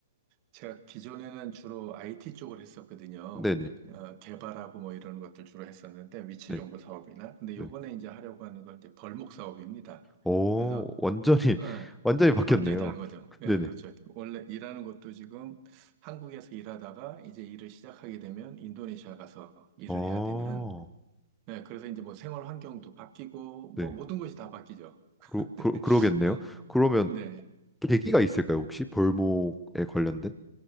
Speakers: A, on the right; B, in the centre.
A: 제가 기존에는 주로 IT 쪽을 했었거든요.
B: 네네
A: 어, 개발하고 뭐 이런 것들 주로 했었는데 위치
B: 네
A: 정보 사업이나. 근데
B: 네.
A: 요번에 이제 하려고 하는 건 이제 벌목 사업입니다.
B: 오
A: 그래서
B: 완전히 <laughs>
A: 예,
B: 완전히 바뀌었네요.
A: 완전히 다른 거죠. 예,
B: 네네.
A: 그렇죠. 원래 일하는 것도 지금 한국에서 일하다가 이제 일을 시작하게 되면 인도네시아 가서 일을
B: 어,
A: 해야 되는, 예, 그래서 이제 뭐 생활 환경도 바뀌고,
B: 네.
A: 뭐 모든 것이 다 바뀌죠. <laughs>
B: 그러, 그러, 그러겠네요.
A: 응,
B: 그러면
A: 네.
B: 계기가 있을까요, 혹시? 벌목에 관련된?